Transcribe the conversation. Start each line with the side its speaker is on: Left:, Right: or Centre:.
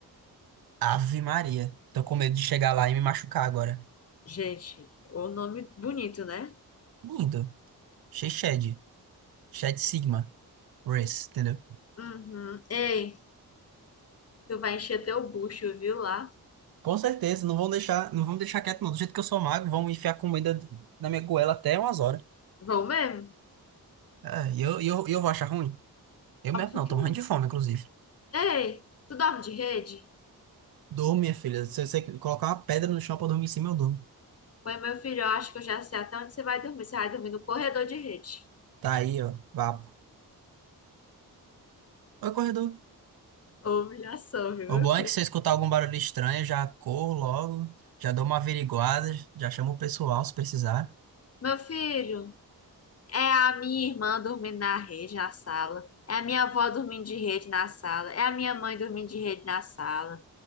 Right: Ave Maria. Tô com medo de chegar lá e me machucar agora.
Left: Gente, o nome bonito, né?
Right: Lindo. Chechede. Chat Sigma, Race, entendeu?
Left: Uhum. Ei, tu vai encher teu bucho, viu, lá?
Right: Com certeza, não vão deixar, não vão me deixar quieto, não. Do jeito que eu sou magro, vão enfiar comida na minha goela até umas horas.
Left: Vão mesmo?
Right: Ah, e eu, e eu, e eu vou achar ruim? Eu
Left: Óbvio
Right: mesmo não,
Left: que
Right: tô
Left: não.
Right: morrendo de fome, inclusive.
Left: Ei, tu dorme de rede?
Right: Durmo, minha filha. Se você colocar uma pedra no chão pra dormir em cima, eu durmo.
Left: Oi, meu filho, eu acho que eu já sei até onde você vai dormir. Você vai dormir no corredor de rede.
Right: Tá aí, ó, vapo. Oi, corredor.
Left: Ô, Humilhação, viu, meu
Right: O bom
Left: filho?
Right: é que se eu escutar algum barulho estranho, eu já corro logo, já dou uma averiguada, já chamo o pessoal se precisar.
Left: Meu filho, é a minha irmã dormindo na rede na sala. É a minha avó dormindo de rede na sala. É a minha mãe dormindo de rede na sala.